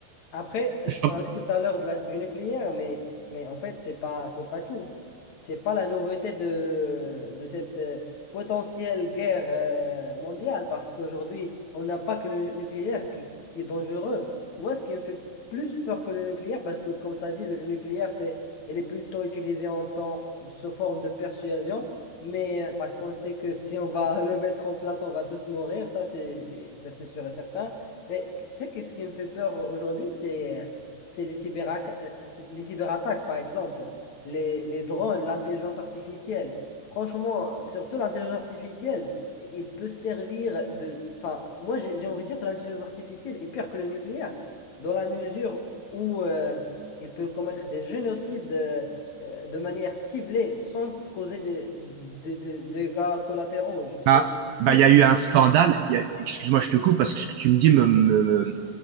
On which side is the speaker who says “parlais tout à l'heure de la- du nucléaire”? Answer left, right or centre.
Left